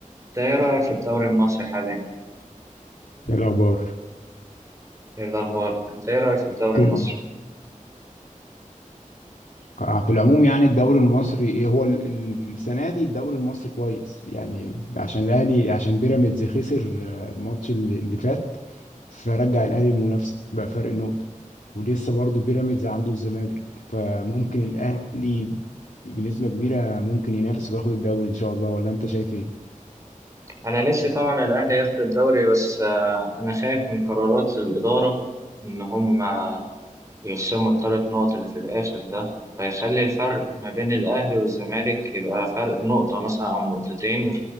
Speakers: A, on the right; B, on the left.
A: انت ايه رأيك في الدوري المصري حاليا؟
B: ايه الاخبار
A: ايه الأخبار؟ انت ايه رأيك في الدوري
B: كل
A: المصري؟
B: آه، في العموم يعني الدوري المصري إيه هو ال- ال- السنه دي الدوري المصري كويس يعني عشان الاهلي عشان بيراميدز خسر آه، الماتش اللي اللي فات فرجع الاهلي منافسه بقى فرق نقطه ولسه برضه بيراميدز عنده الزمالك فممكن الاهلي بنسبه كبيره ممكن ينافس وياخد الدوري ان شاء الله ولا انت شايف ايه
A: أنا نفسي طبعا الأهلي ياخد الدوري بس آه، أنا خايف من قرارات الإدارة إن هم آه، يخصموا الثلاث نقط اللي في الآخر ده فيخلي الفرق ما بين الأهلي والزمالك يبقى فرق نقطة مثلا أو نقطتين